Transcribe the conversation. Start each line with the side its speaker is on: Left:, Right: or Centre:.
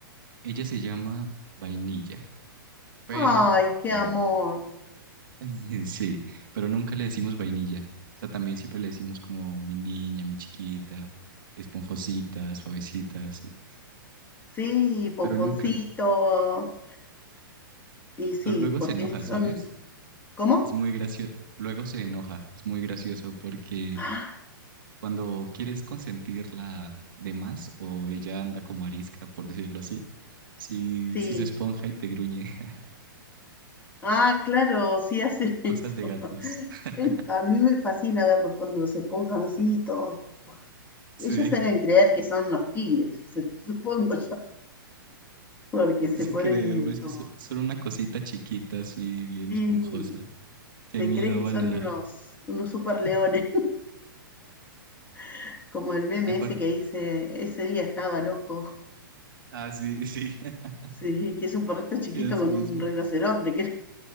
Right: Ella se llama Vainilla, pero
Left: Ay, qué
Right: eh,
Left: amor.
Right: <laughs> sí, pero nunca le decimos vainilla. O sea, también siempre le decimos como mi niña, mi chiquita, esponjosita, suavecita, sí.
Left: Sí, pomponcito.
Right: Pero nunca.
Left: Y sí,
Right: Pero luego
Left: porque
Right: se enoja,
Left: son,
Right: ¿sabes?
Left: ¿cómo?
Right: Es muy gracioso. Luego se enoja. Es muy gracioso porque
Left: Ah,
Right: Cuando quieres consentirla de más o ella anda como arisca, por decirlo así, si
Left: sí.
Right: si se esponja y te gruñe. <laughs>
Left: Ah, claro, sí hacen
Right: Cosas
Left: eso.
Right: de gatos.
Left: <laughs>
Right: <laughs>
Left: Es- A mí me fascina verlos cuando se esponjan así, todos
Right: Sí,
Left: Ellos deben creer que son los tigres, <laughs> supongo yo, porque se
Right: sí
Left: ponen
Right: creo, pero es que
Left: como,
Right: so- solo una cosita chiquita, así bien
Left: sí,
Right: esponjosa. Qué
Left: se
Right: miedo
Left: creen que
Right: van
Left: son
Right: a dar.
Left: unos, unos super leones,
Right: <laughs>
Left: <laughs> como el meme
Right: Y aparte,
Left: ese que dice, ese día estaba loco, <laughs>
Right: ah, sí, sí, <laughs>
Left: sí, que es un perrito chiquito
Right: sí, así
Left: con
Right: mismo.
Left: un rinoceronte, <laughs> creo.